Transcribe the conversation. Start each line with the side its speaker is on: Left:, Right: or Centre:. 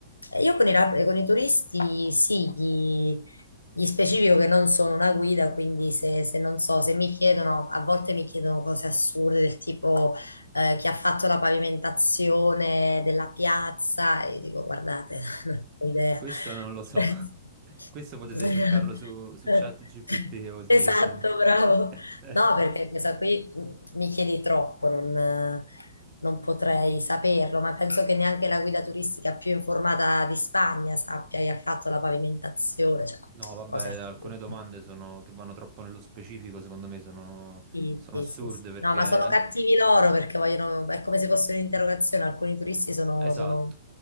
Left: E Io con i, rap- con i turisti sì, gli, gli specifico che non sono una guida, quindi se se non so, se mi chiedono, a volte mi chiedono cose assurde del tipo eh, chi ha fatto la pavimentazione della piazza, e io dico, guardate, <laughs> non ho idea.
Right: Questo non lo so.
Left: <laughs>
Right: <laughs> Questo potete cercarlo su, su ChatGPT o su
Left: Esatto,
Right: internet.
Left: bravo.
Right: <laughs>
Left: No, perché questa qui mh, mi chiedi troppo, non, eh, non potrei saperlo, ma penso che neanche la guida turistica più informata di Spagna sappia chi ha fatto la pavimentazione, cioè
Right: No, vabbè,
Left: cose assurde.
Right: alcune domande sono, che vanno troppo nello specifico, secondo me sono,
Left: Sì,
Right: sono
Left: sì,
Right: assurde
Left: sì, sì.
Right: perché...
Left: No, ma
Right: è
Left: sono
Right: an-
Left: cattivi loro perché vogliono, è come se fosse un'interrogazione.
Right: mm,
Left: Alcuni turisti sono,
Right: Esatto.
Left: sono